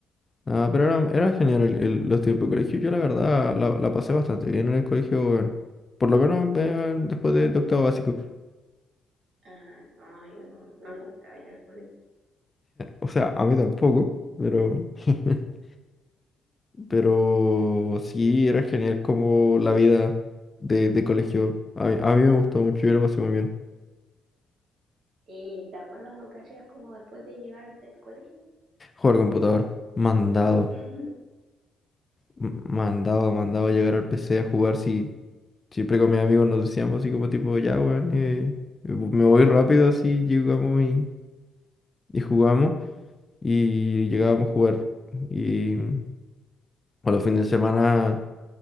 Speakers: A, on the left (about 25°); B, on the right (about 55°).
A: Ah, pero era, era genial el- el- los tiempos de colegio. Yo la verdad la, la pasé bastante bien en el colegio, weón. Por lo menos eh, después de de octavo básico.
B: Ah, no, yo no, no me gusta ir al colegio.
A: O sea, a mí tampoco, pero, <laughs> pero sí era genial como la vida de, de colegio. A mí, a mí me gustó mucho, yo lo pasé muy bien.
B: ¿Y te acuerdas lo que hacías como después de llegar del colegio?
A: Jugar computador, mandado,
B: <laughs>
A: m- mandado, mandado a llegar al PC a jugar. Sí, siempre con mis amigos nos decíamos así como tipo, ya, weón, eh, me voy rápido así, llegamos y, y jugamos y llegábamos a jugar. Y mm, a los fines de semana...